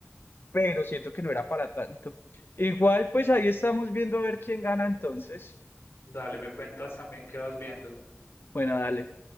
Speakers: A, on the left; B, on the left.
A: pero siento que no era para tanto. Igual, pues ahí estamos viendo a ver quién gana entonces.
B: Dale, me cuentas también qué vas viendo.
A: Bueno, dale.